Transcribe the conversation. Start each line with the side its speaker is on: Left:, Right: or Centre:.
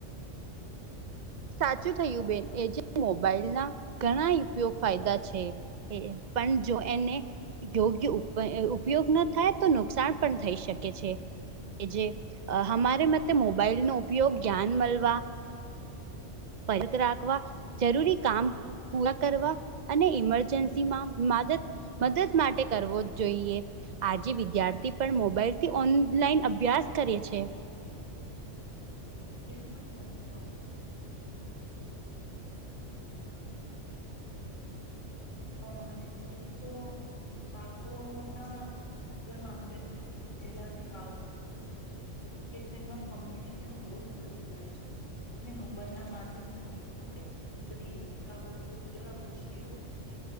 Right: સાચું થયું બેન એજ મોબાઈલ ના ઘણા ઉપયોગ ફાયદા છે. એ પણ જો એને યોગ્ય ઉપયોગ ના થાય તો નુકસાન પણ થઈ શકે છે. જે અમારે મતે મોબાઈલ નો ઉપયોગ જ્ઞાન મળવા પરક રાખવા જરૂરી કામ પૂરા કરવા અને ઇમરજન્સી માં માદદ મદદ માટે કરવો જ જોઈએ આજે વિદ્યાર્થી પણ મોબાઈલથી ઓનલાઈન અભ્યાસ કરે છે.
Left: બિલકુલ સચ કહો મોરખને જે તો બાળકો ના જવનમાં હવે શું છે પહેલાથી બાળકો એજ્યુકેશનમાં કોમ્પિટિશન બહુ જ વધી ગયો છે. અને મોબાઈલ ના માધ્યમ થી આપણે બધી એવી બાબતો એવા વિષયો છે.